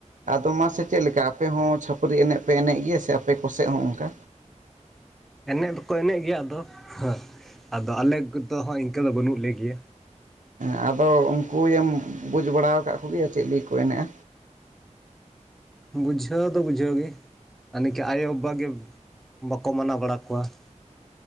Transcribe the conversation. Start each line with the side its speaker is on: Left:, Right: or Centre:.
Right: ᱟᱫᱚ ᱢᱟᱥᱮ ᱪᱮᱫ ᱞᱮᱠᱟ ᱟᱯᱮ ᱦᱚᱸ ᱪᱷᱟᱹᱯᱨᱤ ᱮᱱᱮᱡ ᱯᱮ ᱮᱱᱮᱡ ᱜᱮᱭᱟ ᱥᱮ ᱟᱯᱮ ᱠᱚᱥᱮᱫ ᱦᱚᱸ ᱚᱱᱠᱟ?
Centre: ᱮᱱᱮᱡ ᱫᱚᱠᱚ ᱮᱱᱮᱡ ᱜᱮᱭᱟ ᱟᱫᱚ ᱦᱟᱸ ᱟᱫᱚ ᱟᱞᱮ ᱠᱚᱫᱚ ᱦᱚᱸ ᱤᱱᱠᱟᱹ ᱫᱚ ᱵᱟᱹᱱᱩᱜ ᱞᱮ ᱜᱮᱭᱟ
Right: ᱦᱮᱸ ᱟᱫᱚ ᱩᱱᱠᱩᱭᱮᱢ ᱵᱩᱡᱽ ᱵᱟᱲᱟᱣ ᱟᱠᱟᱫ ᱠᱚᱜᱮᱭᱟ ᱪᱮᱫ ᱞᱟᱹᱜᱤᱫ ᱠᱚ ᱮᱱᱮᱡᱼᱟ?
Centre: ᱵᱩᱡᱷᱟᱹᱣ ᱫᱚ ᱵᱩᱡᱷᱟᱹᱣ ᱜᱮ, ᱟᱨ ᱱᱤᱠᱟᱹ ᱟᱭᱳᱼᱵᱟᱵᱟ ᱜᱮ ᱵᱟᱠᱚ ᱢᱟᱱᱟᱣ ᱵᱟᱲᱟ ᱠᱚᱣᱟ ᱾